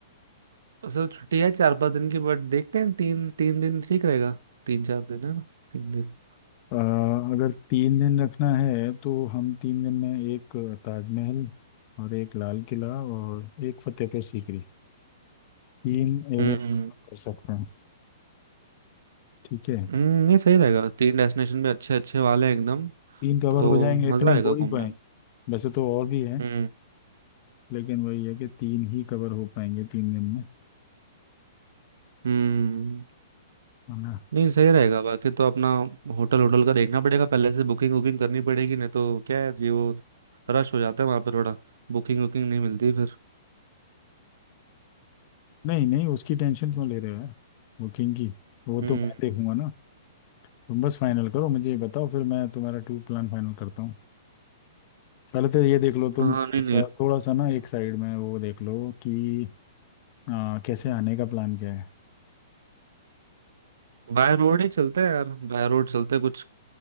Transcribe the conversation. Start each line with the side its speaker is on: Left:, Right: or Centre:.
Right: असल छुट्टी है चार पांच दिन की बट देखते हैं तीन तीन दिन ठीक रहेगा तीन चार दिन है ना तीन दिन
Left: अ, अगर तीन दिन रखना है तो हम तीन दिन में एक ताजमहल और एक लाल किला और एक फतेहपुर सीकरी तीन एरिया
Right: हम्म
Left: कवर कर सकते हैं ठीक है
Right: हम्म नहीं सही रहेगा तीन डेस्टिनेशन भी अच्छे अच्छे वाले हैं एकदम
Left: तीन कवर
Right: तो
Left: हो जाएंगे इतने
Right: मजा
Left: ही
Right: आएगा
Left: हो
Right: घूमने
Left: ही पाएंगे
Right: में
Left: वैसे तो और भी है
Right: हम्म
Left: लेकिन वही है कि तीन ही कवर हो पाएंगे तीन दिन में
Right: हम्म
Left: है ना
Right: नहीं सही रहेगा बाकी तो अपना होटल होटल का देखना पड़ेगा पहले से बुकिंग वुकिंग करनी पड़ेगी नहीं तो क्या है ये वो रश हो जाता है वहां पर थोड़ा बुकिंग वुकिंग नहीं मिलती फिर
Left: नहीं नहीं उसकी टेंशन क्यों ले रहे हो यार बुकिंग की वो
Right: हम्म
Left: तो मैं देखूंगा ना तुम बस फाइनल करो मुझे ये बताओ फिर मैं तुम्हारा टूर प्लान फाइनल करता हूँ पहले तो ये देख लो तुम
Right: हाँ
Left: थोड़ा
Right: नहीं नहीं
Left: सा थोड़ा सा ना एक साइड में वो देख लो कि आ, कैसे आने का प्लान क्या है
Right: बाय रोड ही चलते हैं यार बाय रोड चलते हैं कुछ